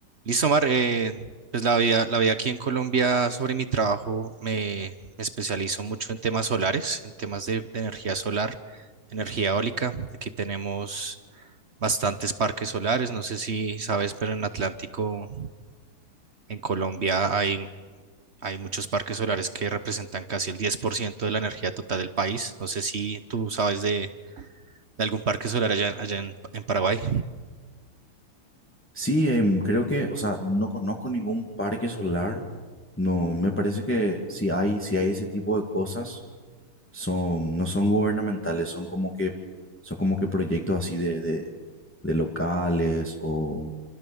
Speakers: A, on the right; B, in the centre.
A: Listo, Mar, eh, pues la vida, la vida aquí en Colombia sobre mi trabajo me, me especializo mucho en temas solares, en temas de, de energía solar, energía eólica. Aquí tenemos bastantes parques solares, no sé si sabes, pero en Atlántico, en Colombia, hay, hay muchos parques solares que representan casi el 10% de la energía total del país. No sé si tú sabes de, de algún parque solar allá, allá en, en Paraguay.
B: Sí, em, creo que, o sea, no conozco ningún parque solar. No, me parece que si hay, si hay ese tipo de cosas, son, no son gubernamentales, son como que, son como que proyectos así de, de, de locales o,